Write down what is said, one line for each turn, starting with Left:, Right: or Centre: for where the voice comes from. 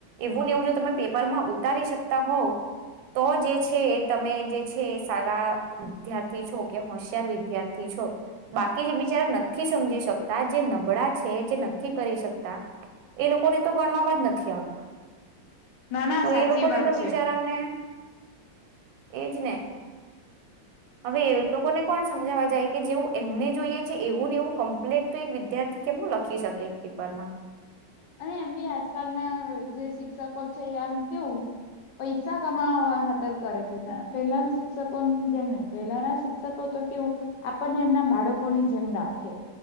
Right: એવું ને એવું જો તમે પેપરમાં ઉતારી શકતા હોવ તો જે છે તમે જે છે સારા વિદ્યાર્થી છો કે હોશિયાર વિદ્યાર્થી છો બાકી જે બિચારા નથી સમજી શકતા જે નબળા છે જે નથી કરી શકતા એ લોકોને તો ગણવામાં જ નથી આવતા.
Left: ના ના
Right: તો
Left: સાચી
Right: એ લોકોને
Left: વાત
Right: તો
Left: છે
Right: બિચારામને એજ ને. હવે એ લોકો ને કોણ સમજવા જાય કે જેવું એમને જોઈએ છે એવું ને એવું કમ્પ્લેટ તો એક વિદ્યાર્થી કેમનું લખી શકે એક પેપરમાં.
Left: અને એમ બી આજકાલ ના જે શિક્ષકો છે આમ કેવું પૈસા કમાવા હાતર કરે છે પહેલા ના શિક્ષકો જેમને પહેલાના શિક્ષકો તો કેવું આપણને એમના બાળકોની જેમ રાખે